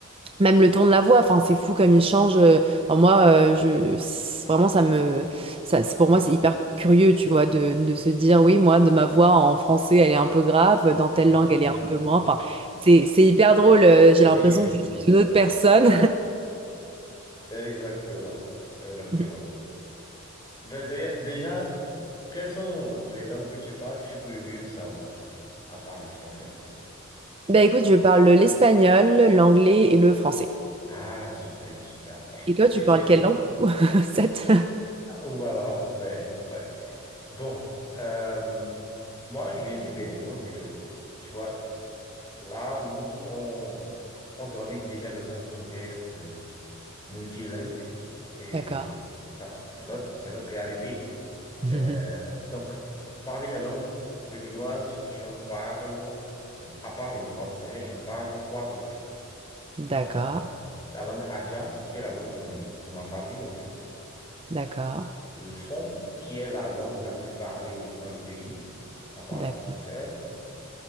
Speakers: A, on the right; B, on the left.
A: Même le ton de la voix, enfin c'est fou comme il change. euh, Enfin, moi, euh, je c'est- vraiment ça me, ça c'est pour moi c'est hyper curieux, tu vois, de, de se dire oui moi de ma voix en français elle est un peu grave, dans telle
B: <laughs>
A: langue elle est un peu moins. Enfin c'est c'est hyper drôle. euh, J'ai l'impression
B: Oui, oui,
A: que je
B: oui.
A: suis une autre personne.
B: Exactement. Exactement.
A: <laughs>
B: Ben, d'ailleurs, déjà, quelles sont les langues que tu parles? Je suis curieux de savoir. À part le français, bien sûr.
A: Ben écoute, je parle l'espagnol, l'anglais et le français.
B: Ah, super, super.
A: Et toi, tu
B: Et tu...
A: parles quelle langue du coup? <laughs> Sept.
B: ah, Ou alors, ouais, ouais. Bon, euh, moi, je viens du Bénin. Donc, euh, tu vois, là, nous, on, on grandit déjà dans un contexte. euh, multilingue et
A: D'accord.
B: voilà, c'est notre, c'est notre réalité.
A: <laughs>
B: Euh, donc, parmi les langues béninoises, j'en parle, euh, à part le français, j'en parle trois autres.
A: D'accord.
B: Euh, la langue Adja, qui est la langue de, mes, de ma famille, en fait.
A: D'accord.
B: Le Fon, qui est la langue la plus parlée dans le pays, à part
A: D'accord.
B: le français.